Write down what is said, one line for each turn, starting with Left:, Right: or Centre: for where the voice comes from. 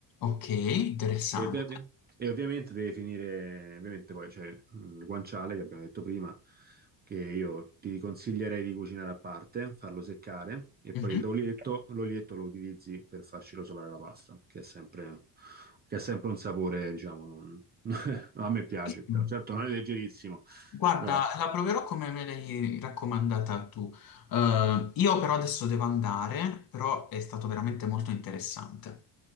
Left: Ok, interessante.
Right: E, ovviamente, e ovviamente deve finire, ovviamente poi c'è mm, il guanciale che abbiamo detto prima, che io ti consiglierei di cucinare a parte, farlo seccare e
Left: Mhm.
Right: poi l'olietto, l'olietto lo utilizzi per farci rosolare la pasta, che è sempre, che è sempre un sapore, diciamo, non- <laughs> a me piace,
Left: Benissimo.
Right: però certo non è leggerissimo,
Left: Guarda,
Right: però
Left: la proverò come me l'hai raccomandata tu. Eh, io però adesso devo andare, però è stato veramente molto interessante.